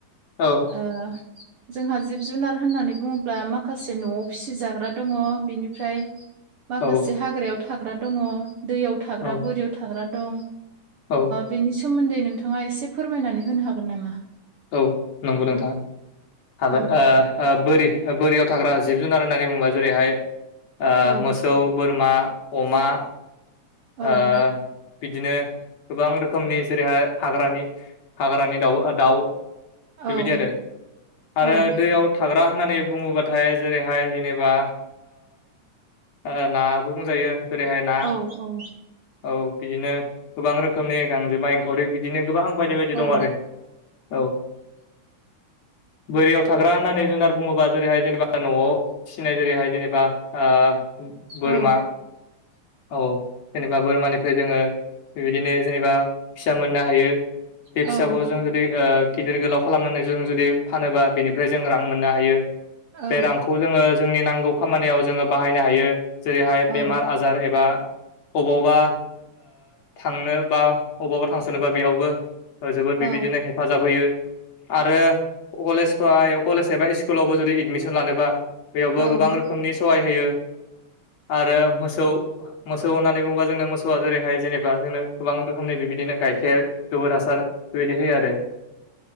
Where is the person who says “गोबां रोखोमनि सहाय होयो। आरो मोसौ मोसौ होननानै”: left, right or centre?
Left